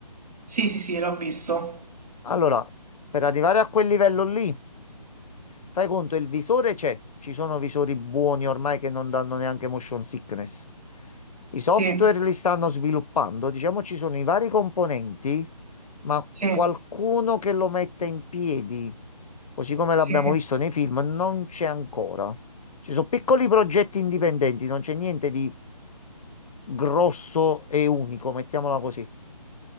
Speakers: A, on the right (about 75°); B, on the left (about 65°).
A: Sì, sì, sì, l'ho visto.
B: Allora, per arrivare a quel livello lì... Fai conto, il visore c'è, ci sono visori buoni ormai che non danno neanche motion sickness. I software
A: Sì,
B: li stanno sviluppando, diciamo ci sono i vari componenti, ma
A: sì,
B: qualcuno che lo metta in piedi, così come l'abbiamo
A: sì.
B: visto nei film, non c'è ancora. Ci sono piccoli progetti indipendenti, non c'è niente di grosso e unico, mettiamola così.